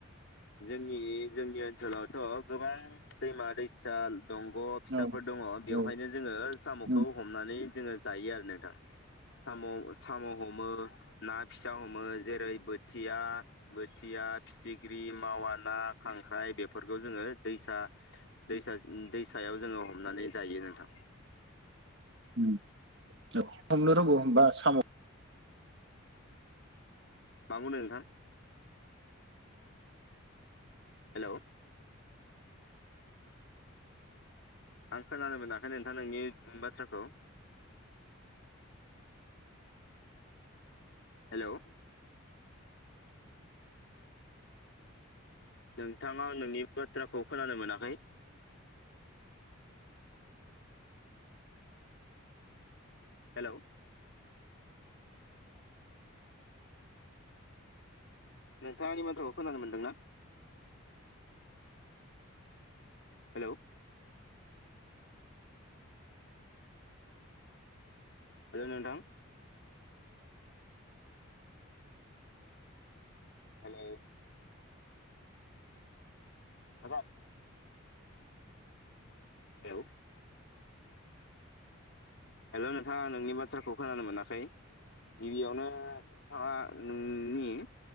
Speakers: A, on the left (about 60°); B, on the right (about 55°).
A: जोंनि जोंनि ओनसोलावथ गोबां दैमा दैसा साल दंग‌ फिसाफोर
B: औ
A: दङ बेवहायनो
B: औ
A: जोङो सामखौ
B: औ
A: हमनानै जोङो जायो आरो नोंथां साम साम हमो ना फिसा हमो जेरै बोथिया बोथिया फिथिग्रि <unintelligible> मावा ना खांख्राइ बेफोरखौ जोङो दै दैसा दैसा उम दैसायाव जोङो हमनानै जायो नोंथां
B: उम औ हमनो रोंगौ हबा साम'
A: मा बुंनो नोंथां हेलौ आं खोनानो मोनाखै नोंथां नोंनि ओ बाथ्राखौ हेलौ नोंथाङा नोंनि बाथ्राखौ खोनानो मोनाखै हेलौ नोंथाङनि माथ्राखौ खोनानो मोनदोंना? हेलौ <unintelligible> नोथां हेलौ खाजा औ हेलौ नोंथाङा नोंनि बाथ्राखौ खोनानो मोनाखै गिबियावनो नोंथाङा नोंनि